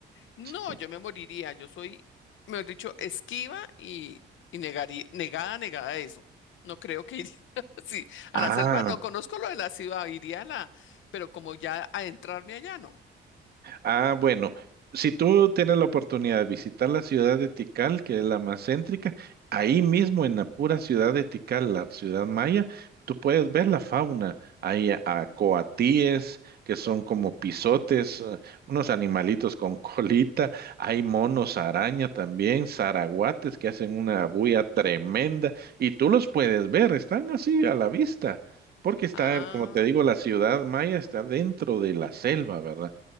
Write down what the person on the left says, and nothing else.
No,
yo me moriría. Yo soy, mejor dicho, esquiva y, y negaría, negada, negada a eso. No creo que iría. <laughs> Sí,
a la selva no conozco lo de la ciudad, iría a la, pero como ya a adentrarme allá no.
Ah,